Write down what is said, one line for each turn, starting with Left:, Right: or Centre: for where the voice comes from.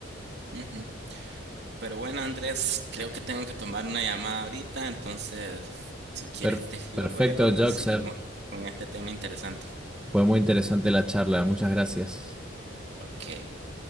Right: Ujú. Pero bueno, Andrés, creo que tengo que tomar una llamada ahorita, entonces, si quieres
Centre: Per-
Right: te escribo
Centre: perfecto,
Right: luego
Centre: Joxer.
Right: y seguimos con este tema interesante.
Centre: Fue muy interesante la charla. Muchas gracias.
Right: Ok.